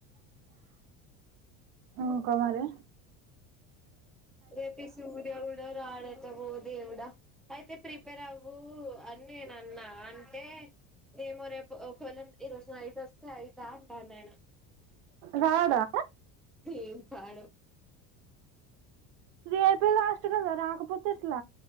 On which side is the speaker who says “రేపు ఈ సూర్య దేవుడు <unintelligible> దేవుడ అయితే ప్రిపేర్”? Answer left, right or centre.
Centre